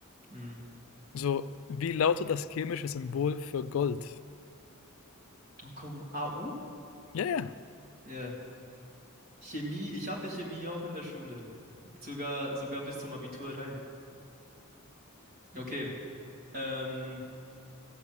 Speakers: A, on the right (about 45°); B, on the left (about 65°).
A: Hm.
B: So, wie lautet das chemische Symbol für Gold?
A: Oh komm, AU?
B: Ja, ja.
A: Ja. Chemie, ich hatte Chemie auch in der Schule. Sogar, sogar bis zum Abitur rein. Okay. Ähm,